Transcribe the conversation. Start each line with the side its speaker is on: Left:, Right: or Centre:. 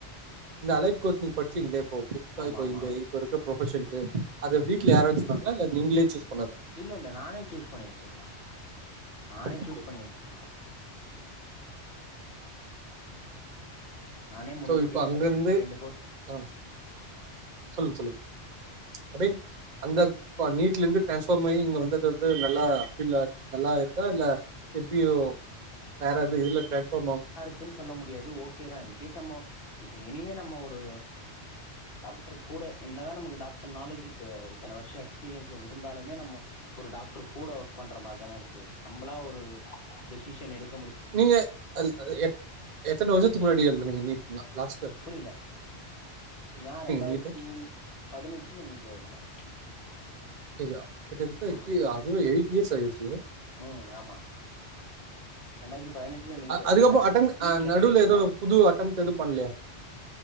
Right: இந்த அலைட் கோர்ஸ் நீங்க படிச்சீங்கள இப்போ புதுசா
Left: ஆமா
Right: இப்ப
Left: ஆமா
Right: இந்த இப்ப இருக்க ப்ரொபஷனுக்கு அத வீட்ல யாரவ்து சொன்னாங்களா இல்ல நீங்களே சூஸ் பண்ணதா
Left: இல்லல்ல நானே சூஸ் பண்ணி வச்சதா நானே
Right: ஓகே
Left: சூஸ் பண்ணி வச்சதா நானே முன்கூட்டியே
Right: சோ இப்ப அங்கந்து
Left: ரெண்டு கோர்ஸ்
Right: ஆ சொல்லுங்க சொல்லுங்க ஐ மீன் அந்த ப நீட்ல இருந்து டிரான்ஸ்பார்ம் ஆயி இங்க வந்து போட்டு நல்லா பீல்லா நல்லா இருக் இதல்ல திருப்பியு வேறது இதுல டிரான்ஸ்பார்ம் ஆகு
Left: க்குன் சொல்ல முடியாது ஓகேதா இன் கேஸ் நம்ம இப்ப இனிமே நம்ம ஒரு டாக்டர் கூட என்னதா நமக்கு டாக்டர் நாலேஜ் இப்ப இத்தன வருஷோ எக்ஸ்பீரியன்ஸ்ல இருந்தாலுமே நம்ம ஒரு டாக்டர் கூட ஒர்க் பண்ற மாரி தானே இருக்கு நம்மளா ஒரு டிசிஷன் எடுத்
Right: நீங்க அது அ எத் எத்தன வருஷத்துக்கு முன்னாடி எழுதுனீங்க நீட்டு லா லாஸ்ட் டைம்
Left: புரில நா ரெண்டாயிரத்தி
Right: நீட்டு
Left: பதினெட்டுல நீட்டு எழுதுனே
Right: கியா கிட்டத்தட்ட
Left: ம்
Right: எட் அதுவே எயிட் இயர்ஸ் ஆயிடுச்சு
Left: ம் ஆமா
Right: <inaudible>
Left: ரெண்டாயிரத்தி பதினெட்டுல நீட்
Right: அ
Left: எழுதுன
Right: அதுக்கப்போ அட்டம்
Left: நீட்ல
Right: அ நடுல
Left: கெடைக்கல
Right: எதுவு புது அட்டம்ட் எதும் பண்லையா <inaudible>